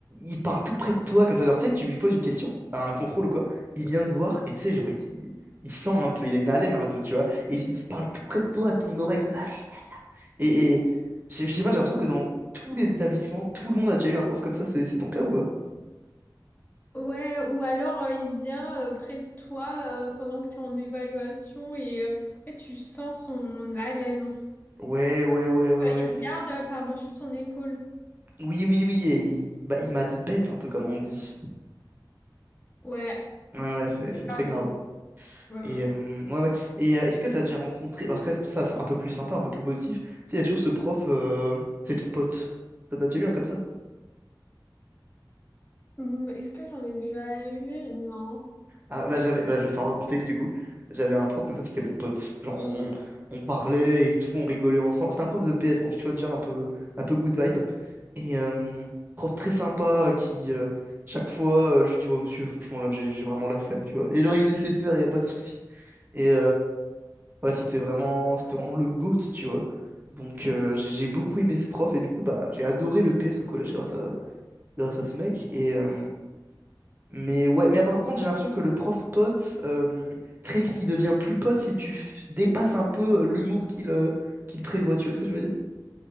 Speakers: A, on the right; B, on the left.
A: il parle tout près de toi, comme ça. Genre, tu sais, tu lui poses une question, à un contrôle ou quoi, il vient te voir, et tu sais, genre, il, il- il sent un peu, il est une haleine un peu, tu vois. Et il se parle tout près de toi, à ton oreille, comme ça, Ouais, ça, ça. Et, et je sais je sais pas, j'ai l'impression que dans tous les établissements, tout le monde a déjà eu un prof comme ça, c'est c'est ton cas ou pas?
B: Ouais, ou alors euh, il vient euh, près de toi euh, pendant que t'es en évaluation et euh, en fait, tu sens son haleine.
A: Ouais, ouais, ouais, ouais,
B: Euh,
A: ouais.
B: Il regarde euh, par-dessus ton épaule.
A: Oui, oui, oui, et il, bah, il maths bête, un peu comme on dit.
B: Ouais.
A: Ouais, ouais, c'est c'est très
B: Euh,
A: grave.
B: ouais,
A: Et
B: ouais.
A: euh, ouais, ouais. Et euh, est-ce que t'as déjà rencontré. Parce que ça, c'est un peu plus sympa, un peu plus positif. Tu sais, il y a toujours ce prof, euh, c'est ton pote. T'en as déjà eu un comme ça?
B: Hum, Est-ce que j'en ai déjà eu? Non.
A: Ah, bah, j'avais, bah, je vais t'en raconter une du coup. J'avais un prof comme ça, c'était mon pote. Genre, on, on parlait et tout, on rigolait ensemble. C'était un prof de PS, donc tu vois, déjà un peu, un peu good vibe. Et euh, prof très sympa euh, qui, euh, chaque fois, euh, je lui dis, ouais, monsieur, franchement, là, j'ai j'ai vraiment la flemme, tu vois. Et genre, il me laissait faire, il n'y a pas de souci. Et Ouais, c'était vraiment, c'était vraiment le GOAT, tu vois. Donc euh, j'ai j'ai beaucoup aimé ce prof et du coup bah j'ai adoré le PS au collège grâce à grâce à ce mec et euh, mais ouais mais par contre j'ai l'impression que le prof pote euh, très vite il devient plus pote si tu f- dépasses un peu euh, l'humour qu'il euh, qu'il prévoit tu vois ce que je veux dire?